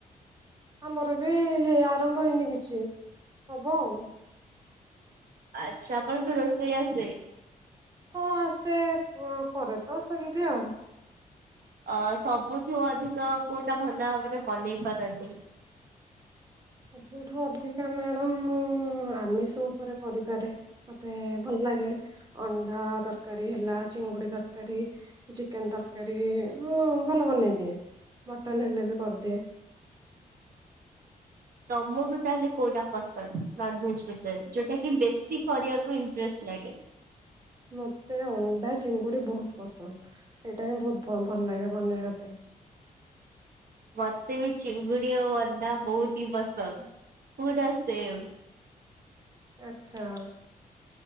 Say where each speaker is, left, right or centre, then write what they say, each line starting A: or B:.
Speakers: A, on the right; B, on the right.
A: ଆମର ବି ହେଇ ଆରମ୍ଭ ହେଇନି କିଛି, ହବ ଆଉ।
B: ଆଛା, ଆପଣଙ୍କୁ ରୋଷେଇ ଆସେ?
A: ହଁ ଆସେ, କରେ ତ ସେମିତି ଆଉ।
B: ଅ ସବୁଠୁ ଅଧିକ କୋଉଟା ଭଲ ଭାବରେ ବନେଇ ପାରନ୍ତି?
A: ସବୁଠୁ ଅଧିକା ମ୍ୟାଡ଼ାମ ମୁଁ ଆମିଷ ଉପରେ କରିପାରେ। ମତେ ଭଲ ଲାଗେ, ଅଣ୍ଡା ତରକାରୀ ହେଲା, ଚିଙ୍ଗୁଡି ତରକାରୀ। କି ଚିକେନ ତରକାରୀ ଭଲ ବନେଇଦିଏ, ମଟନ ହେଲେ ବି କରିଦିଏ।
B: ତମକୁ ତାହେଲେ କୋଉଟା ପସନ୍ଦ ନନଭେଜ ଭିତରେ, ଯୋଉଟା କି ବେଶୀ କରିବାକୁ ଫ୍ରେଶସ୍ ଲାଗେ।
A: ମୋତେ ଅଣ୍ଡା, ଚିଙ୍ଗୁଡ଼ି ବହୁତ୍ ପସନ୍ଦ ସେଇଟା ହିଁ ବହୁତ ଭ ଭଲ ଲାଗେ ବନେୟା ପାଇଁ।
B: ମତେ ବି ଚିଙ୍ଗୁଡି ଆଉ ଅଣ୍ଡା ବହୁତ ହି ପସନ୍ଦ ପୁରା ସେମ୍।
A: ଆଚ୍ଛା।